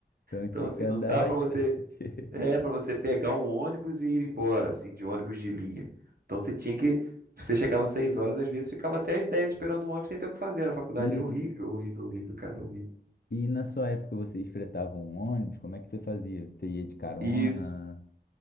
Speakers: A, on the left (about 70°); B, on the right (about 60°).
A: Então
B: Então,
A: tinha
B: assim,
A: que andar
B: não dá
A: bastante.
B: pra você.
A: <laughs>
B: É, para você pegar um ônibus e ir embora, assim, de ônibus de linha. Então você tinha que. Você chegava às 6 horas, às vezes ficava até às 10 esperando o ônibus sem ter o que fazer na faculdade.
A: Uhum.
B: Era horrível, horrível, horrível, cara, horrível.
A: E na sua época vocês fretavam um ônibus? Como é que você fazia? Você ia de carona?
B: E